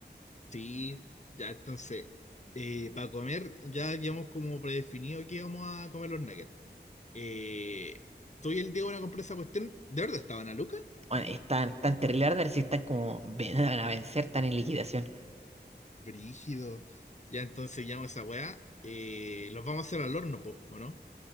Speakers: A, on the left (about 40°); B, on the right (about 35°).
A: Sí, ya entonces, eh, para comer ya habíamos como predefinido que íbamos a comer los nuggets. Eh, tú y el Diego van a comprar esa cuestión. ¿De verdad estaban a Luca
B: Bueno, están tan terrible, la verdad, si están como <laughs> ven- van a vencer, están en liquidación.
A: Brígido. Ya entonces llamo a esa weá. eh, los vamos a hacer al horno, po, ¿o no?